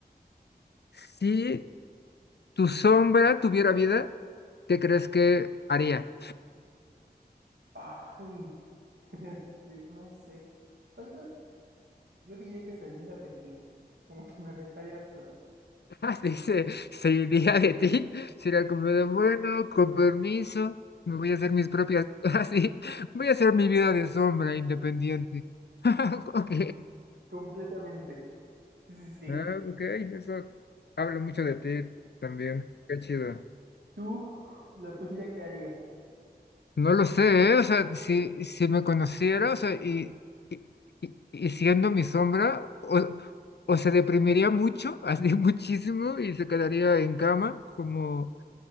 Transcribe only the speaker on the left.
si tu sombra tuviera vida, ¿qué crees que haría?
<laughs> Dice, se iría de ti, será como de bueno, con permiso, me voy a hacer mis propias, <laughs> así, voy a hacer mi vida de sombra independiente. <laughs> Ok,
ah, ok, eso habla mucho de ti también, qué chido.
No lo sé, ¿eh? O sea, si, si me conociera, o sea, y, y, y- y siendo mi sombra, o, o se deprimiría mucho, así <laughs> muchísimo, y se quedaría en cama como